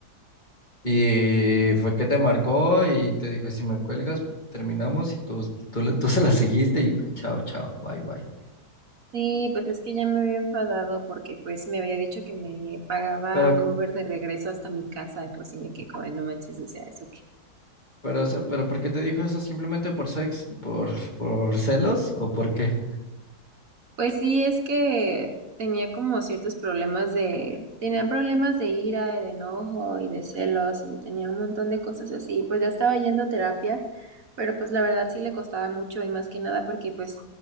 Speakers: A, on the left (about 25°); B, on the right (about 55°).
A: Y fue que te marcó y te dijo, si me cuelgas, terminamos y tú, tú, le- tú se la seguiste y chao, chao, bye, bye.
B: Sí, pues es que ya me había enfadado porque pues me había dicho que me pagaba
A: Pero,
B: un Uber de regreso hasta mi casa y pues sí me quedé como, "Ay, no manches, o sea, eso que...
A: pero, o sea, pero ¿por qué te dijo eso? ¿Simplemente por sex, por, por celos o por qué?
B: Pues sí, es que tenía como ciertos problemas de, tenía problemas de ira, de enojo y de celos y tenía un montón de cosas así. Pues ya estaba yendo a terapia, pero pues la verdad sí le costaba mucho y más que nada porque pues